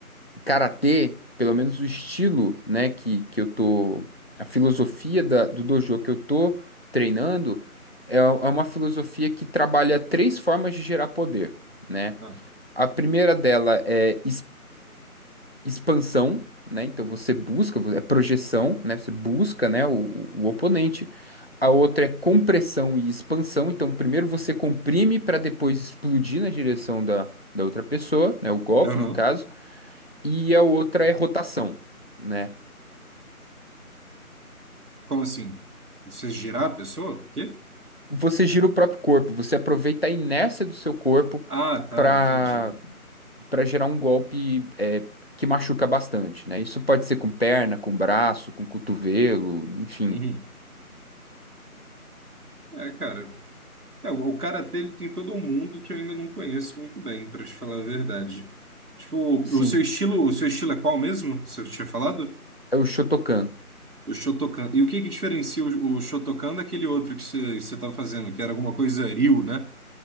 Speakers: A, on the left; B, on the right.
A: karatê, pelo menos o estilo, né, que, que eu tô, a filosofia da- do dojo que eu tô treinando é, é uma filosofia que trabalha três formas de gerar poder, né?
B: Ah.
A: A primeira dela é expansão, né? Então você busca, é projeção, né? Você busca, né, o, o oponente. A outra é compressão e expansão. Então primeiro você comprime para depois explodir na direção da, da outra pessoa, né? O golpe,
B: Aham.
A: no caso. E a outra é rotação, né?
B: Como assim? Você girar a pessoa? Quê?
A: Você gira o próprio corpo, você aproveita a inércia do seu corpo
B: Ah, tá,
A: para
B: entendi.
A: para gerar um golpe é, que machuca bastante, né? Isso pode ser com perna, com braço, com cotovelo, enfim.
B: Uhum. É, cara. É, o o karatê ele tem todo um mundo que eu ainda não conheço muito bem, para te falar a verdade. Tipo,
A: Sim,
B: o seu estilo, o seu estilo é qual mesmo? Você tinha falado?
A: é o Shotokan.
B: O Shotokan. E o que que diferencia o, o Shotokan daquele outro que você que você tava fazendo, que era alguma coisa Ryu, né?